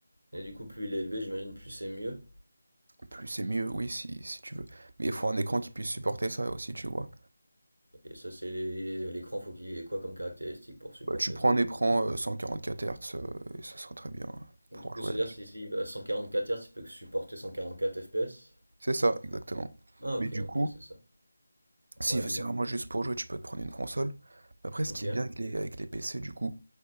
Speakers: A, on the right; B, on the right.
A: Et du coup, plus il est élevé, j'imagine, plus c'est mieux.
B: Plus c'est mieux, oui, si, si tu veux. Mais il faut un écran qui puisse supporter ça aussi, tu vois.
A: Et ça, c'est l'écran, faut qu'il ait quoi comme caractéristique pour supporter
B: Bah, tu prends
A: ça, du
B: un écran
A: coup.
B: euh, 144 Hz euh, et ça sera très bien pour
A: Donc, du coup,
B: jouer.
A: c'est-à-dire si s'il va à quatre Hz, il peut que supporter 144 FPS.
B: C'est ça, exactement.
A: Ah, ok,
B: Mais du coup,
A: ok, c'est ça.
B: si
A: Ouais, dis-moi.
B: c'est vraiment juste pour jouer, tu peux te prendre une console. Mais Après, ce
A: Ok.
B: qui est bien avec les, avec les PC, du coup,